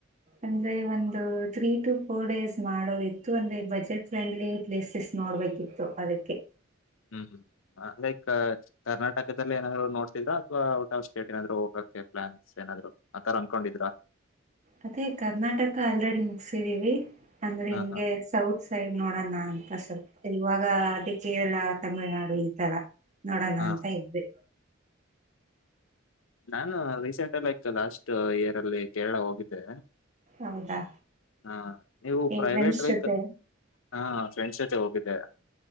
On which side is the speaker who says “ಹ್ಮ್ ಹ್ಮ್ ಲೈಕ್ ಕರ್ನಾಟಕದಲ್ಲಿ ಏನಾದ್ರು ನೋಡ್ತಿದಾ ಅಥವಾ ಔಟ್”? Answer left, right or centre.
Left